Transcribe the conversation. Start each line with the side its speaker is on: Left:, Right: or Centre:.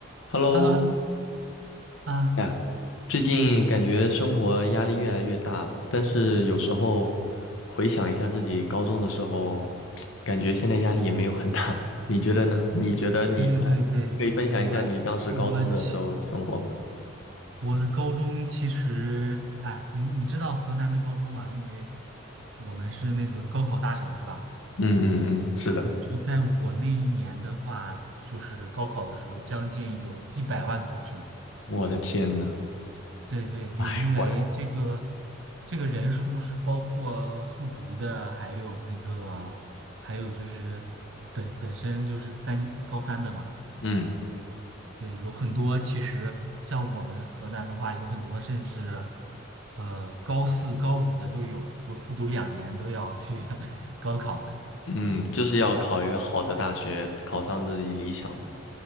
Left: Hello
Right: h e l l o h e l l o 啊，
Left: 呀，最近感觉生活压力越来越大了，但是有时候回想一下自己高中的时候，<tsk> 感觉现在压力也没有很大。<laughs> 你觉得呢？你觉得你呃你可以分享一下你当时高中的时候生活吗？
Right: 对对对，我我其我的高中其实，哎，你你知道河南的高中吗？因为我们是那个高考大省，是吧？
Left: 嗯嗯嗯，是的。
Right: 对，就在我那一年的话，就是高考的时候，将近有一百万考生。
Left: 我的天呐，
Right: 对对，就因为这个
Left: 哎，我
Right: 这个人数是包括复读的，还有那个还有就是本本身就是三年高三的嘛。
Left: 嗯
Right: 对，有很多其实像我们河南的话，有很多甚至呃高四、高五的都有，就复读两年都要去 <laughs> 高考的。
Left: 嗯，就是要考一个好的大学，考上自己理想的。